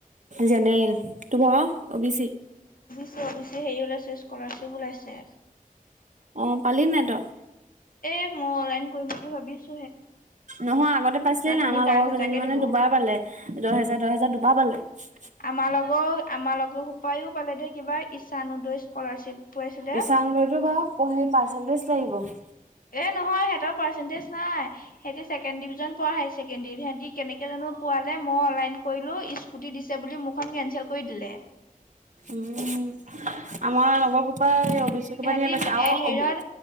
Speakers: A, on the right; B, on the left.
A: জেনেৰেল। তোৰ ভাগৰ? O B C.
B: ত অ বি চিৰ হেৰি ওলাইছে, স্কলাৰশ্বিপ ওলাইছে।
A: অ', পালিনে নাই তই?
B: এ মই অনলাইন কৰিম বুলি ভাবিছ
A: নহয় আগতে পাইছিলিনে নাই?
B: খিনি
A: আমাৰ
B: কাৰেণ্ট
A: লগৰ
B: হাজাৰকে
A: কেইজনীমানে
B: দিব।
A: দুবাৰ পালে! দহ হাজাৰ, দহ হাজাৰ দুবাৰ পালে। <unintelligible>
B: আমাৰ লগৰো, আমাৰ লগৰ সোপাইও পালে দেই কিবা ঈশান উদয় স্কলাৰশ্বিপ। পাইছিলে।
A: ঈশান উদয়টো বাৰু <unintelligible> হেৰি পাৰ্চেণ্টেজ লাগিব।
B: এ নহয়, সিহঁতৰ পাৰ্চেন্টেজ নাই। সিহঁতি ছেকেণ্ড ডিভিজন পোৱা হাই ছেকেণ্ডাৰীত, সিহঁতি কেনেকে জানো মই পোৱা নাই, মই অনলাইন কৰিলোঁ। স্কুটি দিছে বুলি মোৰখন কেনচেল কৰি দিলে।
A: উম, উম, আমাৰ লগৰ সোপাই এই অ' বি চি সোপা
B: সিঁহতি
A: ধেৰ পাইছে
B: এ
A: আৰু
B: হেইয়ত
A: অ' বি